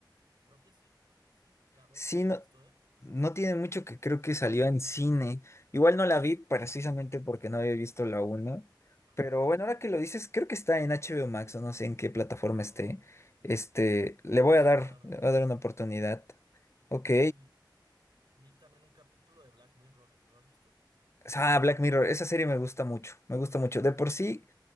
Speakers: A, on the right; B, on the left.
A: Creo que sí, creo que sí. La 2
B: Sí,
A: no la
B: no,
A: he visto, ¿eh?
B: no tiene mucho que creo que salió en cine. Igual no la vi precisamente porque no había visto la 1.
A: Ajá.
B: Pero bueno, ahora que lo dices, creo que está en HBO Max o no sé en qué plataforma
A: Ah,
B: esté.
A: yo
B: Este, le voy
A: sí
B: a dar,
A: te la recomiendo.
B: le voy a dar una oportunidad. Ok.
A: Y vi también un capítulo de Black Mirror. ¿Lo has visto?
B: Ah, Black Mirror, esa serie me gusta mucho, me gusta mucho. De por sí,